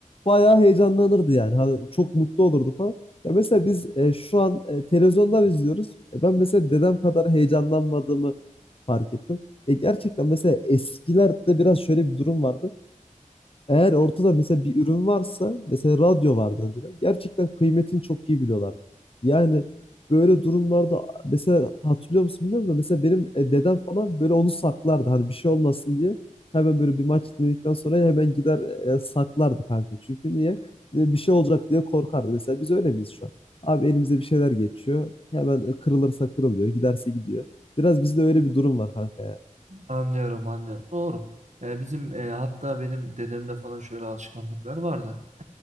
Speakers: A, on the left; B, on the right.
A: Bayağı heyecanlanırdı yani. Hani çok mutlu olurdu falan. Ya mesela biz e, şu an e, televizyondan izliyoruz. E, ben mesela dedem kadar heyecanlanmadığımı fark ettim. E, gerçekten mesela eskilerde biraz şöyle bir durum vardı. Eğer ortada mesela bir ürün varsa, mesela radyo vardı önceden. Gerçekten kıymetini çok iyi biliyorlardı. Yani böyle durumlarda mesela hatırlıyor musun bilmiyorum da mesela benim e, dedem falan böyle onu saklardı. Hani bir şey olmasın diye. Hemen böyle bir maç dinledikten sonra hemen gider e, saklardı kanka. Çünkü niye? E, bir şey olacak diye korkardı. Mesela biz öyle miyiz şu an? Abi elimize bir şeyler geçiyor. Hemen e, kırılırsa kırılıyor, giderse gidiyor. Biraz bizde öyle bir durum var kanka ya.
B: Anlıyorum anlıyorum. Doğru. E, bizim e, hatta benim dedemde falan şöyle alışkanlıklar vardı.